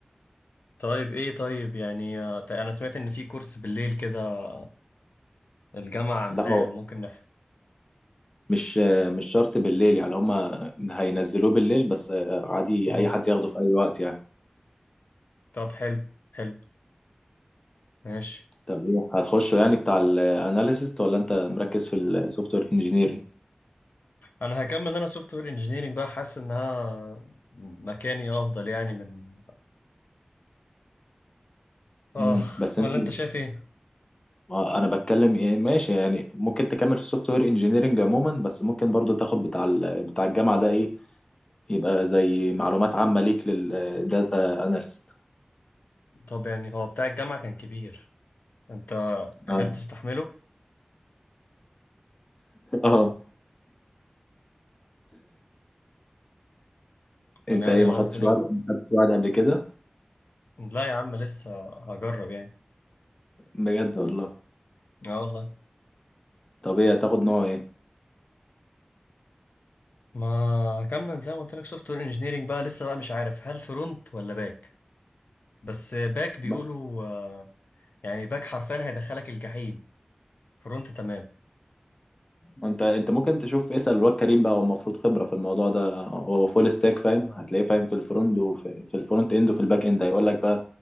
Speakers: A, on the left; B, on the left.
A: طيب ايه طيب يعني آه، طيب انا سمعت ان في كورس بالليل كده الجامعة عاملاه
B: لا هو
A: ممكن نح...
B: مش آه، مش شرط بالليل يعني هما هينزلوه بالليل بس آه، عادي
A: مم.
B: اي حد ياخده في اي وقت يعني
A: طب حلو حلو ماشي
B: طب ايه هتخشه يعني بتاع الاناليسيست ولا انت مركز في السوفت وير انجينيرنج
A: انا هكمل انا سوفت وير انجينيرنج بقى حاسس انها مكاني افضل يعني من اخ
B: امم بس انت
A: ولا انت شايف ايه
B: ما انا بتكلم ايه ماشي يعني ممكن تكمل في السوفت وير انجينيرنج عموما بس ممكن برضو تاخد بتاع ال- بتاع الجامعة ده ايه يبقى زي معلومات عامة ليك للداتا اناليست
A: طب يعني هو بتاع الجامعة كان كبير انت قدرت
B: اه
A: تستحمله
B: اه انت
A: انا
B: ايه ما خدتش
A: قلت نو
B: وعد ما خدتش وعد قبل كده
A: لا يا عم لسه هجرب يعني
B: بجد والله
A: اه والله
B: طب ايه هتاخد نوع ايه
A: ما هكمل زي ما قلت لك سوفت وير انجينيرنج بقى لسه بقى مش عارف هل فرونت ولا باك بس باك بيقولوا
B: ما-
A: آه، يعني باك حرفيا هيدخلك الجحيم فرونت تمام
B: ما انت انت ممكن تشوف اسأل الواد كريم بقى هو المفروض خبرة في الموضوع ده هو فول ستاك فاهم هتلاقيه فاهم في الفرونت وفي في الفرونت اند وفي الباك اند هيقول لك بقى